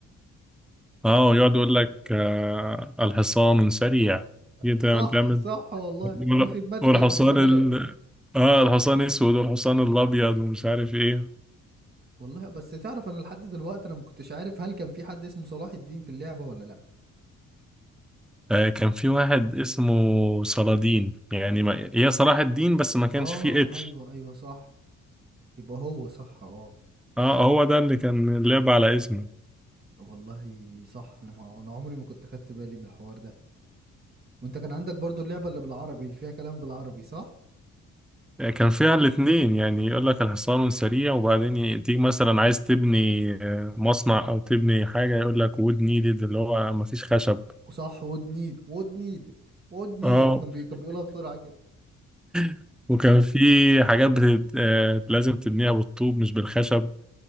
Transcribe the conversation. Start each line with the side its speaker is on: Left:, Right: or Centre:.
Centre: اه يقعد يقول لك آه الحصان سريع دي تعمل
Right: صح
Centre: تعمل-
Right: صح والله
Centre: وال-
Right: في خدمتك
Centre: والحصان
Right: يا مولاي
Centre: ال... اه الحصان اسود والحصان الابيض ومش عارف ايه
Right: والله بس تعرف انا لحد دلوقتي انا ما كنتش عارف هل كان في حد اسمه صلاح الدين في اللعبة ولا لا
Centre: آه، كان في واحد اسمه صلادين يعني ما... هي صلاح الدين بس ما كانش
Right: اه
Centre: فيه اتش
Right: ايوه ايوه صح يبقى هو صح اه
Centre: اه هو ده اللي كان اللعب على اسمه
Right: والله صح انا ما انا عمري ما كنت خدت بالي من الحوار ده وانت كان عندك برضو اللعبة اللي بالعربي اللي فيها كلام بالعربي صح
Centre: آه، كان فيها الاتنين يعني يقول لك الحصان سريع وبعدين ي- تيجي مثلا عايز تبني آه، مصنع او تبني حاجة يقول لك وود نيدد اللي هو ما فيش خشب
Right: وصح ود نيد ود نيدد ود نيدد
Centre: اه
Right: كان بي... كان بيقولها بسرعة كده
Centre: <laughs> وكان في حاجات بتت... آه، لازم تبنيها بالطوب مش بالخشب